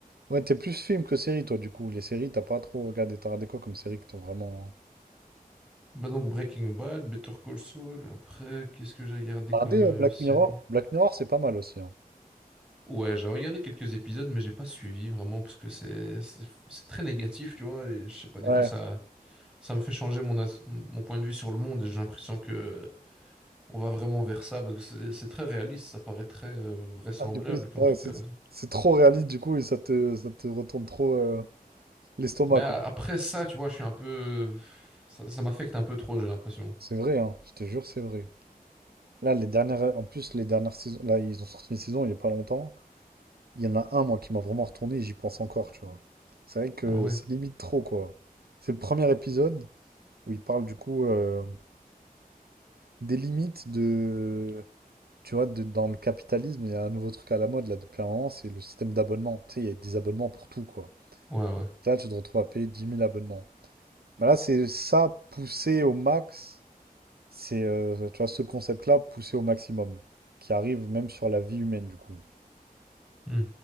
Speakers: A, on the right; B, in the centre.
A: ouais, t'es plus film que série, toi, du coup. Les séries, t'as pas trop regardé. T'as regardé quoi comme série qui t'ont vraiment.
B: Bah donc Breaking Bad, Better Call Saul, après, qu'est-ce que j'ai regardé
A: Regardez
B: comme
A: euh,
B: euh,
A: Black
B: série?
A: Mirror. Black Mirror, c'est pas mal aussi. hein.
B: Ouais, j'ai regardé quelques épisodes, mais j'ai pas suivi vraiment parce que c'est c'est c'est très négatif, tu vois, et je sais pas, des
A: Ouais.
B: fois ça ça me fait changer mon as- mon point de vue sur le monde et j'ai l'impression que on va vraiment vers ça parce que c'est c'est très réaliste, ça paraît très euh, vraisemblable
A: Ah, du coup, c'est
B: qu'en
A: ouais,
B: tout
A: c'est-
B: cas
A: c'est trop réaliste, du coup, et ça te, ça te retourne trop euh, l'estomac,
B: Mais a-
A: quoi.
B: après ça, tu vois, je suis un peu. Ça, ça m'affecte un peu trop, j'ai l'impression.
A: C'est vrai, hein, je te jure, c'est vrai. Là, les dernières, en plus, les dernières saisons, là, ils ont sorti une saison il n'y a pas longtemps. Il y en a un, moi, qui m'a vraiment retourné et j'y pense encore, tu vois. C'est vrai que
B: Ah ouais?
A: c'est limite trop, quoi. C'est le premier épisode où il parle, du coup, euh, des limites de. Tu vois, de- dans le capitalisme, il y a un nouveau truc à la mode, là, depuis un moment, c'est le système d'abonnement. Tu sais, il y a des abonnements pour tout, quoi.
B: Ouais, ouais.
A: Là, tu te retrouves à payer dix mille abonnements. Bah là, c'est ça poussé au max. C'est, euh, tu vois, ce concept-là poussé au maximum, qui arrive même sur la vie humaine, du coup.
B: Hmm,